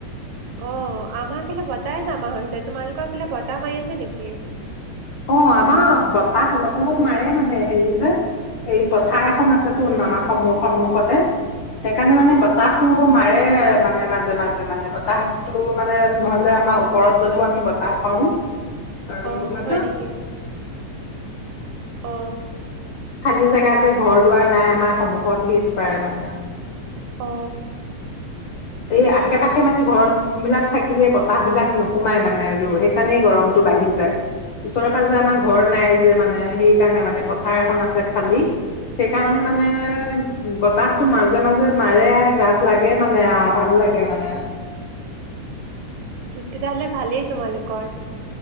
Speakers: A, on the right; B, on the left.
A: অ', আমাৰ ফেলে বতাহ নামা হৈছে তোমালোকৰ এইফালে বতাহ মাৰি আছে নেকি
B: অ আমাৰ বতাহ অলপ অলপ মাৰে মানে হেৰি যে এই পথাৰ এখন আছে তোন আমাৰ সম সন্মুখতে সেইকাৰণে মানে
A: উম,
B: বতাহতটো
A: উম,
B: মাৰে মানে মাজে মাজে মানে বতাহতটো মানে নহলে আমাৰ ওপৰত গ'লেও আমি বতাহ পাও আৰু
A: অ',
B: ম
A: হয় নেকি অ
B: খালি জেগা যে ঘৰ দুৱাৰ নাই আমাৰ সমূহত সেইটো প্ৰায় মানে
A: অ
B: সেই আশ পাশে মানে ঘৰ বিলাক থাকিলে বতাহবিলাক নোসোমাই মানে ৰ সেইকাৰণেই গৰমটো বাঢ়ি যায় ওচৰে পাঁজৰে আমাৰ ঘৰ নাই যে মানে সেইকাৰণে মানে পথাৰ এখন আছে খালি সেইকাৰণে
A: অ',
B: মানে বতাহতটো মাজে মাজে মাৰে গাত লাগে মানে আৰু ভাল লাগে মানে
A: তিয়াহলে ভালেই তোমালোকৰ